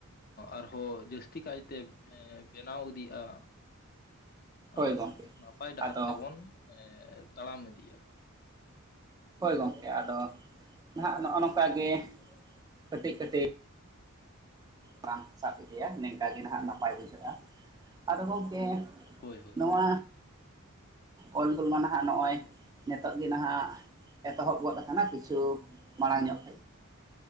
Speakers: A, on the left; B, on the right.
A: ᱟᱨᱦᱚᱸ ᱡᱟᱹᱥᱛᱤ ᱠᱟᱭᱛᱮ ᱵᱮᱱᱟᱣ ᱤᱫᱤᱜᱼᱟ ᱾
B: ᱦᱳᱭ
A: ᱟᱨ
B: ᱜᱚᱢᱠᱮ
A: ᱱᱟᱯᱟᱭ ᱰᱟᱦᱟᱨ
B: ᱟᱫᱚ
A: ᱛᱮᱵᱚᱱ ᱛᱟᱲᱟᱢ ᱤᱫᱤᱜᱼᱟ ᱾
B: ᱦᱚᱭ ᱜᱚᱢᱠᱮ ᱟᱫᱚ ᱱᱟᱦᱟᱜ ᱱᱚᱜᱼᱚ ᱱᱚᱝᱠᱟ ᱜᱮ ᱠᱟᱹᱴᱤᱡ ᱠᱟᱹᱴᱤᱡ ᱵᱟᱝ ᱥᱟᱵ ᱤᱫᱤᱭᱟ ᱱᱮᱝᱠᱟ ᱱᱟᱦᱟᱜ ᱱᱟᱯᱟᱭ ᱵᱩᱡᱷᱟᱹᱜᱼᱟ ᱾ ᱟᱫᱚ ᱜᱚᱢᱠᱮ
A: ᱦᱚᱭ ᱦᱚᱭ
B: ᱱᱚᱣᱟ
A: ᱾
B: ᱚᱞ ᱜᱚᱞᱢᱟ ᱱᱟᱦᱟᱜ ᱱᱚᱜᱼᱚᱭ ᱱᱤᱛᱚᱜ ᱜᱮ ᱱᱟᱦᱟᱜ ᱮᱛᱚᱦᱚᱵ ᱜᱚᱫ ᱟᱠᱟᱱᱟ ᱠᱤᱪᱷᱩ, ᱢᱟᱲᱟᱝ ᱧᱚᱜ ᱠᱷᱚᱡ ᱾